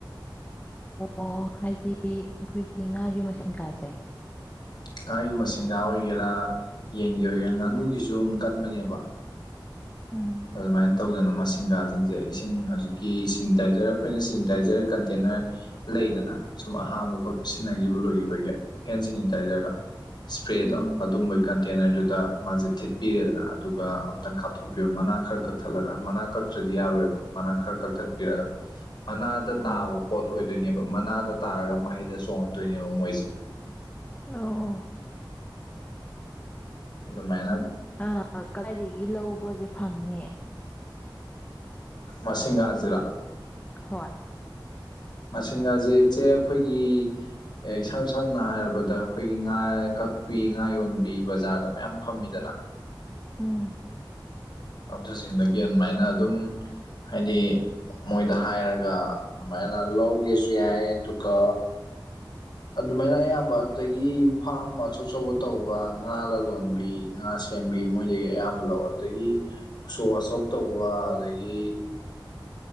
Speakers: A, on the left (about 20°); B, on the left (about 60°).
A: ꯑꯣ ꯍꯥꯏꯗꯤ ꯑꯩꯈꯣꯏꯒꯤ ꯉꯥꯒꯤ ꯃꯁꯤꯡꯒꯥꯁꯦ
B: ꯉꯥꯒꯤ ꯃꯁꯤꯡꯦꯟꯒꯥ ꯑꯣꯏꯒꯦꯔꯥ ꯌꯦꯟꯒꯤ ꯑꯣꯏꯒꯦꯔꯥ ꯉꯥꯅꯨꯒꯤꯁꯨ ꯑꯗꯨꯝ ꯀꯟꯕꯅꯦꯕ
A: ꯎꯝ
B: ꯑꯗꯨꯃꯥꯏꯅ ꯇꯧꯗꯅ ꯃꯁꯤꯡꯒꯥꯁꯤꯡꯁꯦ ꯏꯁꯤꯡ ꯍꯧꯖꯤꯛꯀꯤ ꯁꯦꯅꯤꯇꯥꯏꯖꯔ ꯑꯩꯈꯣꯏꯅ ꯁꯦꯅꯤꯇꯥꯏꯖꯔ ꯀꯟꯇꯦꯅꯔ ꯂꯩꯗꯅ ꯁꯨꯝ ꯑꯍꯥꯡꯕ ꯈꯣꯠꯄ ꯁꯤꯟꯅꯈꯤꯕ ꯂꯣꯏꯈꯤꯕꯒꯤ ꯍꯦꯟ ꯁꯦꯅꯤꯇꯥꯏꯖꯔꯗ ꯏꯁꯄ꯭ꯔꯦꯗꯣ
A: ꯎꯝ
B: ꯑꯗꯨꯝꯕꯒꯤ ꯀꯟꯇꯦꯅꯔꯗꯨꯗ ꯃꯥꯁꯦ ꯊꯤꯠꯄꯤꯔꯦꯗꯅ ꯑꯗꯨꯒ ꯑꯝꯇꯪ ꯀꯥꯞꯊꯣꯛꯄꯤꯌꯣ ꯃꯥꯅꯥ ꯈꯔ ꯀꯛꯊꯠꯂꯒ ꯃꯅꯥ ꯀꯛꯇ꯭ꯔꯗꯤ ꯌꯥꯔꯣꯏꯕ ꯃꯅꯥ ꯈꯔ ꯀꯛꯊꯠꯄꯤꯔꯒ ꯃꯅꯥꯗ
A: ꯎꯝ
B: ꯇꯥꯕ ꯄꯣꯠ ꯑꯣꯏꯗꯣꯏꯅꯦꯕ ꯃꯅꯥꯗ ꯇꯥꯔꯒ ꯃꯍꯩꯗ ꯆꯣꯡꯉꯛꯇꯣꯏꯅꯦꯕ ꯃꯣꯏꯁꯦ
A: ꯑꯣ
B: ꯑꯗꯨ ꯃꯥꯏꯅꯥ
A: ꯑ ꯀꯗꯥꯏꯗꯒꯤ ꯂꯧꯕꯁꯦ ꯐꯪꯅꯤ
B: ꯃꯁꯤꯡꯒꯥꯖꯤꯔꯥ
A: ꯍꯣꯏ
B: ꯃꯁꯤꯡꯅꯁꯦ ꯏꯆꯦ ꯑꯩꯈꯣꯏꯒꯤ ꯑꯦ ꯏꯁꯝ ꯁꯝꯅ ꯍꯥꯏꯔꯕꯗ ꯑꯩꯈꯣꯏꯒꯤ ꯉꯥ ꯀꯛꯄꯤ ꯉꯥ ꯌꯣꯟꯕꯤ ꯕꯖꯥꯔꯗ ꯃꯌꯥꯝ ꯐꯝꯃꯤꯗꯅ
A: ꯎꯝ
B: ꯑꯗꯨꯁꯤꯡꯗꯒꯤ ꯑꯗꯨꯃꯥꯏꯅ ꯑꯗꯨꯝ ꯍꯥꯏꯗꯤ ꯃꯣꯏꯗ ꯍꯥꯏꯔꯒ ꯑꯗꯨꯃꯥꯏꯅ ꯂꯧꯒꯦꯁꯨ ꯌꯥꯏ ꯑꯗꯨꯒ ꯑꯗꯨꯃꯥꯏꯅ ꯑꯌꯥꯝꯕ ꯑꯗꯨꯗꯒꯤ ꯐꯥꯝ ꯑꯆꯧ ꯑꯆꯧꯕ ꯇꯧꯕ ꯉꯥ ꯂꯂꯣꯟꯕꯤ ꯉꯥꯁꯤꯡ ꯁꯦꯝꯕꯤ ꯃꯣꯏꯗꯒꯤ ꯑꯌꯥꯝꯕ ꯂꯧ ꯑꯗꯨꯗꯒꯤ ꯎꯁꯣ ꯋꯥꯁꯣꯞ ꯇꯧꯕ ꯑꯗꯒꯤ